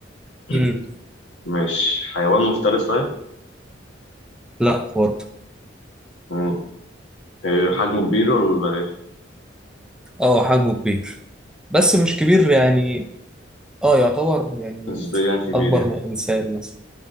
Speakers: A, on the left; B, in the centre.
A: <clears throat>
B: مم.
A: ماشي حيوان مفترس طيب
B: لا خالص
A: مم. آه، حجمه كبير ولا إيه؟
B: اه حجمه كبير بس مش كبير يعني اه يعتبر يعني
A: نسبيا كبير
B: اكبر
A: يعني
B: من انسان مثلا